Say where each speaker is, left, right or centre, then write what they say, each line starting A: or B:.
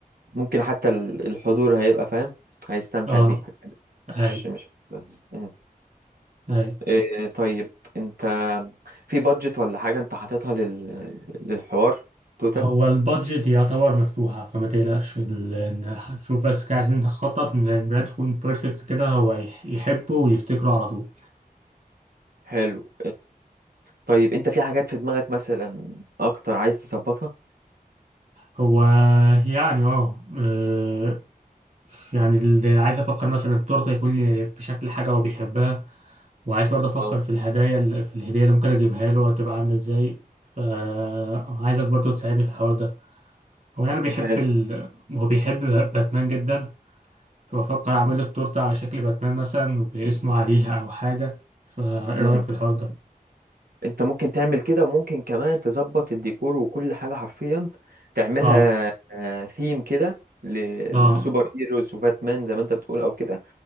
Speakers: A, on the right; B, on the right.
A: ممكن حتى ال- الحضور هيبقى فاهم هيستمتع
B: اه
A: بيها
B: أي
A: مش مش بس مم.
B: أي
A: إيه طيب انت في بادجت ولا حاجة انت حاططها لل... للحوار توتال
B: هو البادجت يعتبر مفتوحة فما تقلقش ال- إن- شوف بس كده عايزين نخطط إن البراند تكون بيرفكت كده هو يح- يحبه ويفتكره على طول
A: حلو طيب انت في حاجات في دماغك مثلا اكتر عايز تظبطها
B: هو يعني اه آه، يعني اللي عايز افكر مثلا التورته يكون بشكل حاجه هو بيحبها وعايز برضه افكر
A: اه
B: في الهدايا اللي- في الهديه اللي ممكن اجيبها له هتبقى عامله ازاي فعايزك برضه تساعدني في الحوار ده هو يعني بيحب
A: حلو
B: ال... هو بيحب باتمان جدا فبفكر اعمل له التورته على شكل باتمان مثلا وباسمه عليها او حاجه فايه
A: امم
B: رايك في الحوار ده
A: انت ممكن تعمل كده وممكن كمان تظبط الديكور وكل حاجه حرفيا تعملها
B: اه
A: ثيم كده للسوبر
B: اه
A: هيروز وباتمان زي ما انت بتقول او كده